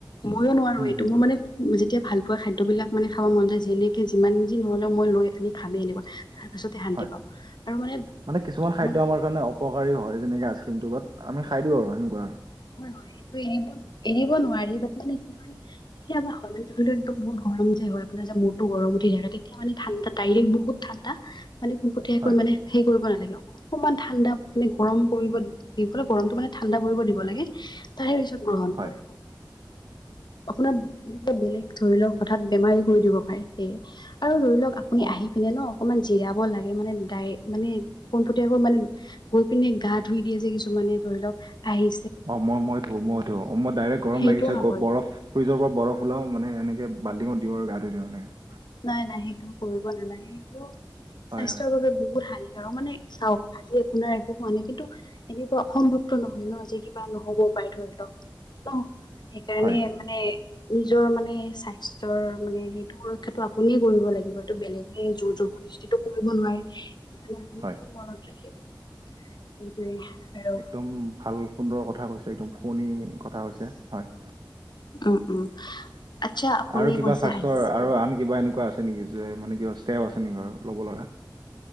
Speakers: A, on the left; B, on the right.
A: ময়ো নোৱাৰো
B: হম,
A: এইটো
B: হম,
A: মোৰ মানে তেতিয়া ভাল পোৱা খাদ্যবিলাক মানে খাব মন যায় যেনেকে যিমান যি নহ'লেও মই লৈ আনি খামে এনেকুৱা পাছতে শান্তি
B: হয়
A: পাওঁ আৰু
B: মানে কিছুমান খাদ্য
A: হয়
B: আমাৰ কাৰণে অপকাৰী হয় যেনেকে আ ক্ৰীমটো বাত আমি খাই দিওঁ আৰু এনেকুৱা
A: হয়- হয় সেইটো এৰিব এ-ৰিব নোৱাৰে। মানে কি হয় কেতিয়াবা হয় মানে ধৰিল' একদম বহুত গৰম যে হয় আপোনাৰ যে মূটো গৰম উঠি থাকে তেতিয়া মানে ঠাণ্ডা ডাইৰেক্ বহুত ঠাণ্ডা মানে পোনপটীয়াক
B: হয়,
A: মানে হে কৰিব নালাগে আৰু অকণমান ঠাণ্ডা মানে গৰম পৰিব <unintelligible> গৰমতটো মানে ঠাণ্ডা পৰিব দিব লাগে তাৰে পিছত গ্ৰহণ
B: হয়,
A: কৰিব আপোনাৰ কিবা বেলেগ ধৰি লওক হঠাৎ বেমাৰী কৰি দিব পাৰে সেয়ে আৰু ধৰি লওক আপুনি
B: অ'।
A: আহি পিনে ন অকমান জিৰাব লাগে মানে ডাই মানে পোনপুটীয়াকৈ মানে গৈ পিনে গা ধুই দিয়ে যে কিছুমান মানে ধৰি লওক আহি
B: অহ, মই ধুও -মই ধুও মই ডাইৰেক্ট গৰম
A: সেইটোও
B: লাগিছে
A: নকৰিব
B: বৰফ ফ্ৰিজৰ পৰা বৰফ ওলাও মানে এনেকে বালটিনত দিওঁ আৰু গা ধু দিওঁ এনেকে
A: নাই -নাই সেইটো কৰিব নালাগে সেইটো
B: হয়,
A: স্বাস্থ্যৰ
B: হয়,
A: বাবে বহুত হানি কাৰক, মানে চাওক আজি আপোনাৰ একো হোৱা নাই কিন্তু এনেকুৱা অসম্ভৱতো নহয় ন' আজি কিবা নহ'ব সদায় ধৰি লওক ন' সেইকাৰণে
B: হয়।
A: মানে নিজৰ মানে স্বাস্থ্যৰ মানে সেইটো সুৰক্ষা টো আপুনি কৰিব লাগিব এইটো বেলেগে জোৰ জবৰদস্তিটো কৰিব নোৱাৰে সেইকাৰণে আপুনি
B: হয়
A: কি মনত ৰাখিব সেইটোৱে আৰু
B: একদম ভাল সুন্দৰ কথা কৈছে একদম শুৱনি কথা কৈছে হয়।
A: উম উম
B: <inaudible>
A: আচ্ছা আপুনি
B: আৰু কিবা
A: কৈছে
B: স্বাস্থ্যৰ
A: আইচক্ৰীম
B: আৰু আন কিবা এনেকুৱা আছে নেকি যে মানে কিব ষ্টেপ আছে নেকি বাৰু ল'ব লগা?